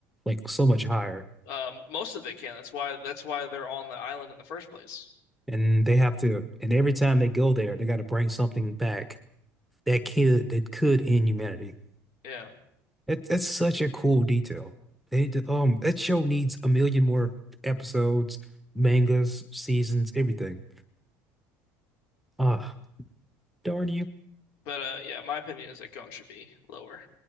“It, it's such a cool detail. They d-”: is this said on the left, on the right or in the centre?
Centre